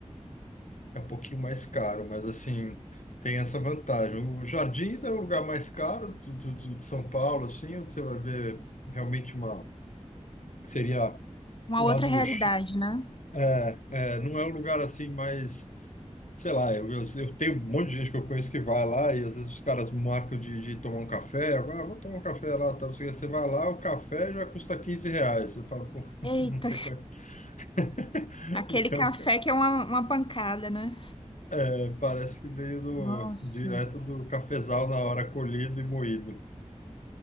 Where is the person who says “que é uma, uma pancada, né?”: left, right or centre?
Left